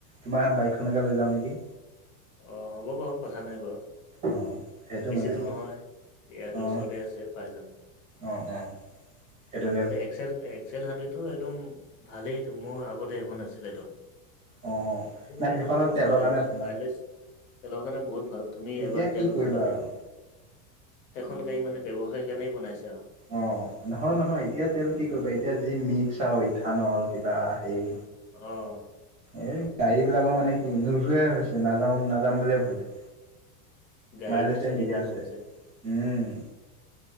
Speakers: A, on the right; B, on the left.
A: তোমাৰ বাইকখনকে লৈ যাওঁ নেকি।
B: অঁ হ'ব বাৰু কথা নাই বাৰু,
A: অঁ সেইটো
B: বেছি
A: মানে
B: দূৰ
A: অঁ
B: নহয়। ইয়াত
A: অঁ
B: ওচৰতে আছে পাঁচজন।
A: অঁ, অঁ সেইটোকে।
B: এক্সেল, এক্সেল হাড্ৰেডটো একদম ভালেইটো মোৰ আগতে এখন আছিলেটো।
A: অঁ নাই
B: এইটো
A: সেইখনত
B: খুব
A: তেলৰ
B: চলে,
A: কাৰণে
B: এইটো
A: ভাল
B: মাইলেজ।
A: আৰু
B: তেলৰ কাৰণে বহুত ভাল, তুমি
A: এতিয়া
B: এবাৰ
A: কি
B: তেল
A: কৰিবা
B: ভৰাই ল'লেই।
A: আৰু
B: সেইখন গাড়ী মানে ব্যৱসায়ী কাৰণে বনাইছে আও।
A: অ' নহয়, নহয়, এতিয়া তেল কি কৰিবা, এতিয়া যি মিক্স আৰু ইঠানল কিবা। হেৰি
B: অ'।
A: এই গাড়ী বিলাকৰ মানে কি নোযোৱাই হৈছে, নাযাওঁ নাযাম বুলিয়ে ভাবে।
B: গাড়ী
A: মাইলেছটোৱে
B: মানে চলিবই
A: নিদিয়া হৈছে,
B: নোখোজে
A: উম'।